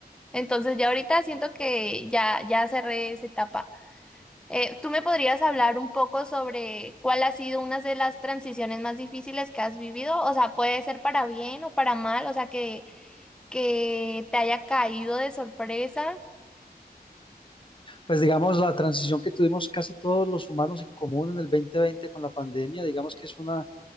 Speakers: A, in the centre; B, on the left (about 30°).
A: Entonces ya ahorita siento que ya, ya cerré esa etapa. Eh, ¿tú me podrías hablar un poco sobre cuál ha sido una de las transiciones más difíciles que has vivido? O sea, puede ser para bien o para mal, o sea, que, que te haya caído de sorpresa.
B: Pues digamos, la transición que tuvimos casi todos los humanos en común en el 2020 con la pandemia, digamos que es una